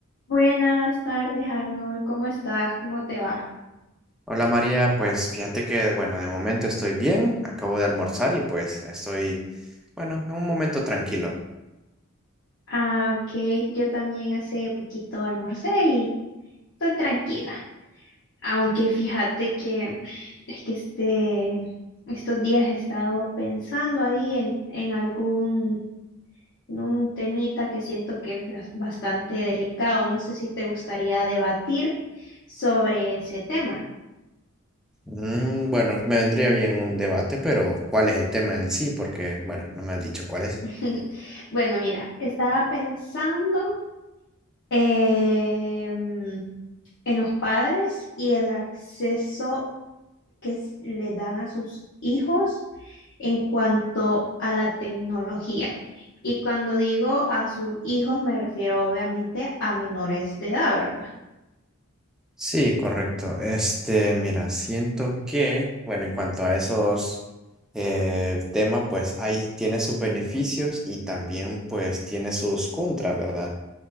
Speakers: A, on the left; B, in the centre.
A: Buenas tardes, Arnold. ¿Cómo estás? ¿Cómo te va?
B: Hola María, pues fíjate que, bueno, de momento estoy bien, acabo de almorzar y pues estoy, bueno, en un momento tranquilo.
A: Ah, ok. Yo también hace poquito almorcé y estoy tranquila. Aunque fíjate que <sighs> es que este, estos días he estado pensando ahí en, en algún en un temita que siento que es bas- bastante delicado. No sé si te gustaría debatir sobre ese tema.
B: Mm, bueno, me vendría bien un debate, pero ¿cuál es el tema en sí? Porque, bueno, no me has dicho cuál es.
A: <laughs> Bueno, mira, estaba pensando. em, en los padres y el acceso que s- le dan a sus hijos en cuanto a la tecnología. Y cuando digo a sus hijos, me refiero obviamente a menores de edad, ¿verdad?
B: Sí, correcto. Este, mira, siento que, bueno, en cuanto a esos eh, temas, pues ahí tiene sus beneficios y también pues tiene sus contras, ¿verdad?